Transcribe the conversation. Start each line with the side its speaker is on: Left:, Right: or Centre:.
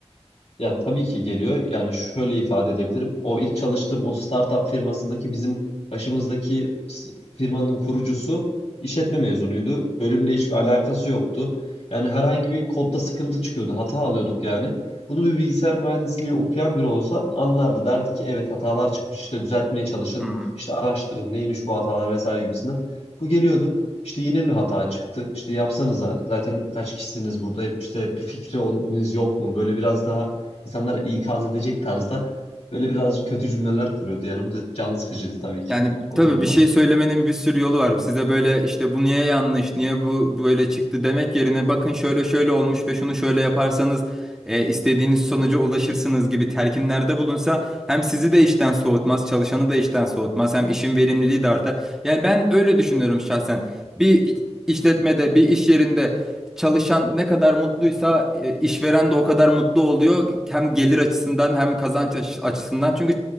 Left: Ya tabii ki geliyor. Yani şöyle ifade edebilirim. O ilk çalıştığım o startup firmasındaki bizim başımızdaki s- firmanın kurucusu işletme mezunuydu. Bölümle hiçbir alakası yoktu. Yani herhangi bir kodda sıkıntı çıkıyordu. Hata alıyorduk yani. Bunu bir bilgisayar mühendisliği okuyan biri olsa anlardı. Derdi ki evet hatalar çıkmış. İşte düzeltmeye çalışın.
Centre: Hı hı.
Left: İşte araştırın neymiş bu hatalar vesaire gibisinden. Bu geliyordu. İşte yine mi hata çıktı? İşte yapsanıza. Zaten kaç kişisiniz burada? Hep işte bir fikriniz yok mu? Böyle biraz daha insanlara ikaz edecek tarzda böyle birazcık kötü cümleler kuruyordu. Yani bu da can sıkıcıydı tabii ki
Centre: Yani
Left: o
Centre: tabii
Left: durumda.
Centre: bir şey söylemenin bir sürü yolu var. Size böyle işte bu niye yanlış, niye bu böyle çıktı demek yerine bakın şöyle şöyle olmuş ve şunu şöyle yaparsanız e, istediğiniz sonuca ulaşırsınız gibi telkinlerde bulunsa hem sizi de işten soğutmaz, çalışanı da işten soğutmaz, hem işin verimliliği de artar. Yani ben öyle düşünüyorum şahsen. Bir işletmede, bir iş yerinde çalışan ne kadar mutluysa e, işveren de o kadar mutlu oluyor. Hem gelir açısından hem kazanç açı- açısından. Çünkü